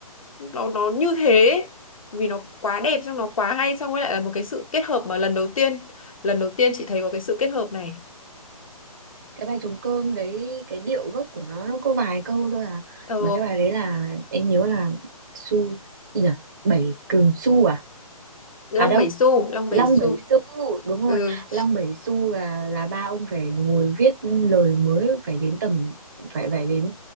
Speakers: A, on the left; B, on the right.
A: nó nó như thế vì nó quá đẹp xong nó quá hay xong rồi lại là một cái sự kết hợp mà lần đầu tiên lần đầu tiên chị thấy có cái sự kết hợp này
B: cái bài trống cơm đấy cái điệu gốc của nó nó có vài câu thôi à
A: ờ,
B: mà cái bài đấy là em nhớ là su gì nhỉ bảy cường su à
A: Long
B: à đâu
A: Bảy Xu Long Bảy
B: Long
A: Xu
B: Bảy Xu đúng rồi
A: ừ
B: Long Bảy Xu là là ba ông phải ngồi viết lời mới phải đến tầm phải phải đến